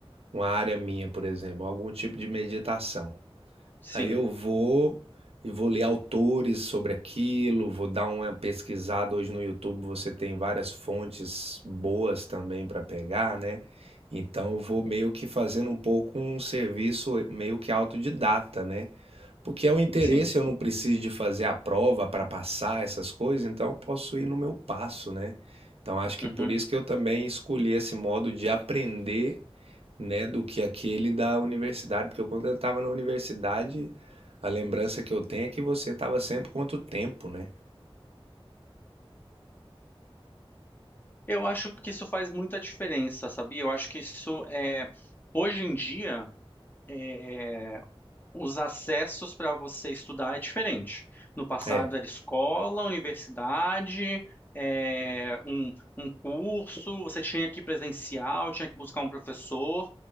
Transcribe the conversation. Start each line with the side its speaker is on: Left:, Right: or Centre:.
Right: uma área minha, por exemplo, algum tipo de meditação.
Left: sim,
Right: Aí eu vou e vou ler autores sobre aquilo, vou dar uma pesquisada. Hoje no YouTube você tem várias fontes boas também para pegar, né? Então eu vou meio que fazendo um pouco um serviço meio que autodidata, né? Porque é o interesse,
Left: sim.
Right: eu não preciso de fazer a prova para passar essas coisas, então eu posso ir no meu passo, né? Então acho que
Left: Uhum.
Right: por isso que eu também escolhi esse modo de aprender né, do que aquele da universidade, porque eu, quando eu estava na universidade, a lembrança que eu tenho é que você estava sempre contra o tempo, né?
Left: Eu acho que isso faz muita diferença, sabia? Eu acho que isso é hoje em dia. eh, os acessos para você estudar é diferente. No passado
Right: É,
Left: era escola, universidade, é, um, um curso, você tinha que ir presencial, tinha que buscar um professor,